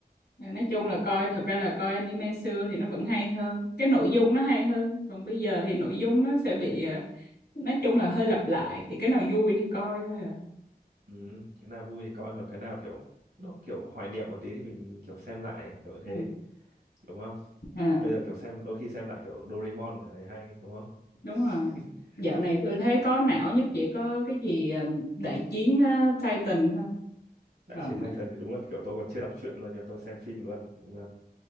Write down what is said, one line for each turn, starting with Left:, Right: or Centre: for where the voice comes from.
Left: Mà nói chung là coi thật ra là coi anime xưa thì nó vẫn hay hơn cái nội dung nó hay hơn còn bây giờ thì nội dung nó sẽ bị ờ, nói chung là hơi lặp lại thì cái nào vui thì coi thôi à
Right: ừ, cái nào vui thì coi hoặc cái nào kiểu nó kiểu hoài niệm một tí thì mình kiểu xem lại kiểu như
Left: ừ.
Right: thế đúng không
Left: à
Right: bây giờ kiểu xem đôi khi xem lại kiểu Doraemon thì thấy hay đúng không
Left: đúng rồi
Right: <laughs>
Left: dạo này tôi thấy có não nhất chỉ có cái gì ờm, đại chiến ờ, Titan thôi
Right: Đại
Left: còn
Right: chiến Titan thì đúng là kiểu tôi còn chưa đọc truyện luôn nhưng mà tôi xem phim luôn nhưng mà